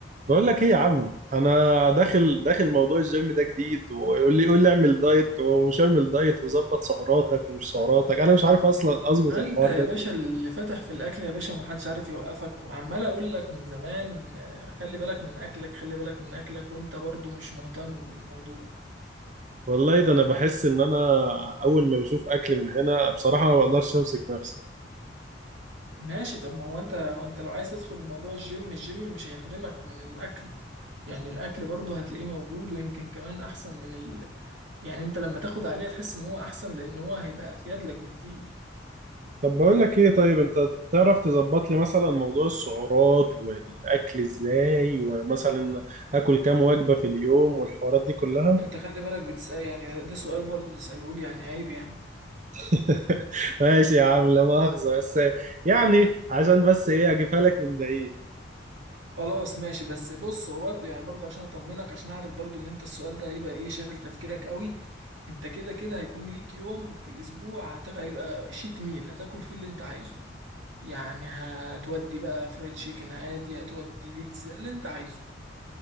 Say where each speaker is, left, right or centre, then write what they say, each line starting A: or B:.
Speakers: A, on the right; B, on the right.
A: بقول لك ايه يا عم انا داخل داخل موضوع الجيم ده جديد ويقول لي يقول لي اعمل دايت ومش اعمل دايت وظبط سعراتك ومش سعراتك انا مش عارف اصلا اظبط
B: ما
A: الحوار
B: انت يا
A: ده
B: باشا اللي فاتح في الاكل يا باشا ومحدش عارف يوقفك وعمال اقول لك من زمان آه، خلي بالك من اكلك خلي بالك من اكلك وانت برضو مش مهتم بالموضوع
A: والله ده انا بحس ان انا اول ما بشوف اكل من هنا بصراحة ما بقدرش امسك نفسي
B: ماشي طب ما هو انت وانت لو عايز تدخل موضوع الجيم الجيم مش هيحرمك من الاكل يعني الاكل برضو هتلاقيه موجود ويمكن كمان احسن من ال... يعني انت لما تاخد عليه تحس ان هو احسن لان هو هيبقى افيد لك بكتير
A: طب بقول لك ايه طيب انت تعرف تظبط لي مثلا موضوع السعرات والاكل ازاي ومثلا اكل كام وجبة في اليوم والحوارات دي كلها
B: انت خلي بالك بتسأل يعني ده سؤال برضو تسأله لي يعني عيب يعني
A: <laughs> ماشي يا عم لا مؤاخذة بس يعني عشان بس ايه اجيبها لك من بعيد
B: خلاص ماشي بس بص هو بر... يعني برضه عشان اطمنك عشان اعرف برضه ان انت السؤال ده هيبقى ايه شاغل تفكيرك قوي انت كده كده هيكون ليك يوم في الاسبوع هت... هيبقى شيت ميل هتاكل فيه اللي انت عايزه يعني هتودي بقى فرايد تشيكن عادي هتودي بيتزا اللي انت عايزه